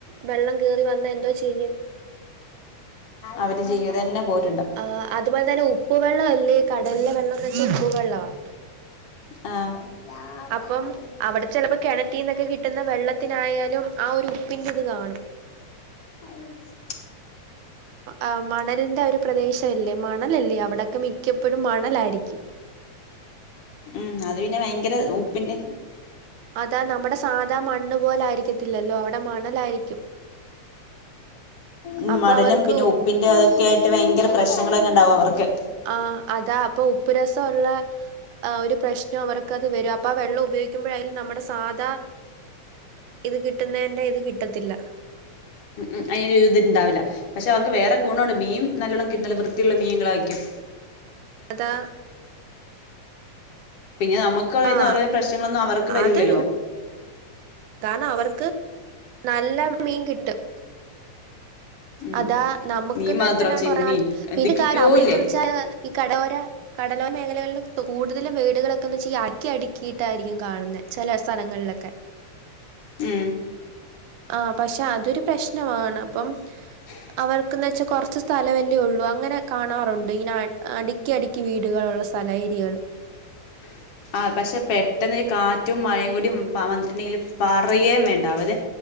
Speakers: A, on the right; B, on the left.
A: വെള്ളം കേറി വന്ന എന്തോ ചെയ്യും
B: അവര് ചെയ്യതതന്നെ പോല
A: ആ അതുപോലെ തന്നെ ഉപ്പ് വെള്ളംല്ലേ കടലിലെ വെള്ളംന്ന് വെച്ച ഉപ്പ് വെള്ളമാണ്
B: ആഹ് എല്ലാ
A: അപ്പം
B: കാര്യം അതൊണ്ട്.
A: അവിടെ ചിലപ്പോ കിണറ്റിന്നൊക്കെ കിട്ടുന്ന വെള്ളത്തിനായാലും ആ ഒരു ഉപ്പിന്റെറെ ഇത് കാണും
B: അ വ <unintelligible>
A: ആ മണലിന്റെ ഒരു പ്രദേശംല്ലേ മണലല്ലേ അവിടൊക്കെ മിക്കപ്പോഴും മണലായി അരിക്കും
B: ഉം അത് പിന്നെ ഭയങ്കര ഉപ്പിന്റെ
A: അതാ നമ്മുടെ സാധാ മണ്ണ് പോലാ യിരിക്കത്തില്ലല്ലോ അവിടെ മണലായിരിക്കും
B: ഉം
A: അപ്പൊ
B: മണലും
A: അവർക്ക്
B: പിന്നെ ഉപ്പിന്റെ അതൊക്കെ ആയിട്ട് ഭയങ്കര പ്രശ്നങ്ങളൊക്കെ ഉണ്ടാവും അവർക്ക്
A: ആന് അതാ അപ്പൊ ഉപ്പു രസമുള്ള ഒരു പ്രശ്നം അവർക്ക് അത് വരും അപ്പൊ ആ വെള്ളം ഉപയോഗിക്ക ഉപയോഗിക്കുമ്പോഴും നമ്മുടെ സാധാ ഇത് കിട്ടുന്നതിന്റെ ഇത് കിട്ടത്തില്ല
B: ഉം ഉം അതിന്റെ എതിണ്ടാവില്ല പക്ഷെ അവർക്ക് വേറെ ഗുണമാണ്ണ്ട് മീൻ നല്ലോണം കിട്ടുനില്ല വൃത്തി ആയിട്ട് ത്തിയുള്ള മീനങ്ങളായിക്കും
A: അതാ
B: പിന്നെ നമുക്ക് പറയുന്ന
A: ആഹ്
B: ഓരോ പ്രശ്നങ്ങളൊന്നും അവർക്ക് വരൂല്ലല്ലോ
A: അതൊരു കാരണം അവർക്ക് നല്ല മീൻ കിട്ടും
B: ഉം
A: അതാ നമ്മുക്ക്ന്ന്
B: മീൻ മാത്രോ
A: വച്ചാ
B: ചെമ്മീൻ
A: പിന്നെ
B: എന്തൊക്കൊക്കെയോ
A: കണം അവിടെന്തന്ന്
B: ഇല്ലേ
A: വെച്ചാൽ ഈ കടലോര കടലോര മേഖലകളിൽ കൂടുതലും വീടുകളൊക്കെന്ന് അക്കി അടുക്കിയിട്ടായിരിക്കും കാണുന്നത് ചില സ്ഥലങ്ങളിലൊക്കെ
B: ഉം
A: ആ പക്ഷെ അതൊരു പ്രശ്നമാണ് അപ്പം
B: <unintelligible>
A: അവർക്കന്ന് വെച്ചാൽ കുറച്ച് സ്ഥല വല്ലേ ഉള്ളു അങ്ങനെ കാണാറുണ്ട് ഇങ്ങന അടുക്കി അടുക്കി വീടുകളള്ള സ്ഥല ഏരിയകൾ
B: <unintelligible> ആ പക്ഷെ പെട്ടെന്ന് കാറ്റും മഴയും കൂടിയ വന്നിട്ടുണ്ടെങ്കില് പറുകയും വേണ്ടാവതെ